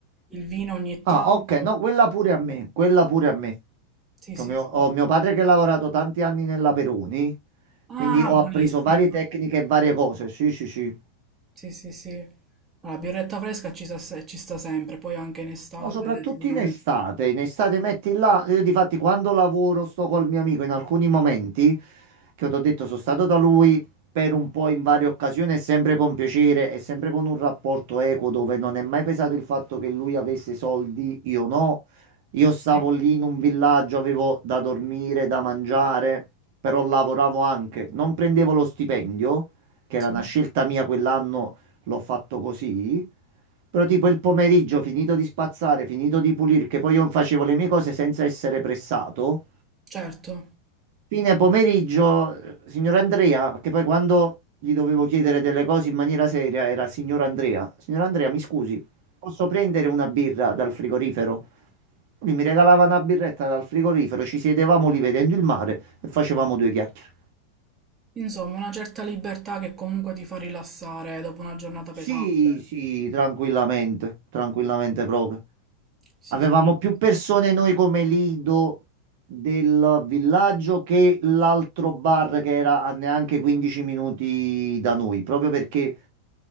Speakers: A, on the right; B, on the right.
A: Il vino ogni
B: Ah,
A: tanto.
B: ok, no, quella pure a me, quella pure a me.
A: Sì,
B: Che
A: sì,
B: Ho mio,
A: sì.
B: ho mio padre che ha lavorato tanti anni nella Peroni, quindi
A: Ah,
B: ho
A: buonissima.
B: appreso varie tecniche e varie cose. Sì, sì, sì.
A: Sì, sì, sì. La birretta fresca ci sta, se- ci sta sempre, poi anche in estate
B: No, soprattutto
A: sicuramente.
B: in estate, in estate metti là, io difatti quando lavoro sto col mio amico in alcuni momenti, che ti ho detto sono stato da lui per un po' in varie occasioni, e sempre con piacere e sempre con un rapporto equo dove non è mai pesato il fatto che lui avesse soldi, io no, io stavo
A: Sì,
B: lì in un villaggio, avevo da dormire, da mangiare, però lavoravo anche, non prendevo lo stipendio, che
A: Sì,
B: era una scelta mia quell'anno, l'ho fatto così. Però tipo il pomeriggio, finito di spazzare, finito di pulire, che poi io facevo le mie cose senza essere pressato.
A: certo.
B: Fine pomeriggio, eh, signor Andrea, che poi quando gli dovevo chiedere delle cose in maniera seria era signor Andrea. Signor Andrea, mi scusi, posso prendere una birra dal frigorifero? Lui mi regalava una birretta dal frigorifero, ci sedevamo lì vedendo il mare e facevamo due chiacchiere.
A: Insomma, una certa libertà che comunque ti fa rilassare dopo una giornata
B: Sì,
A: pesante.
B: sì, tranquillamente, tranquillamente proprio.
A: Sì,
B: Avevamo
A: sì,
B: più
A: sì,
B: persone
A: sì.
B: noi come lido del villaggio che l'altro bar che era a neanche 15 minuti da noi, proprio perché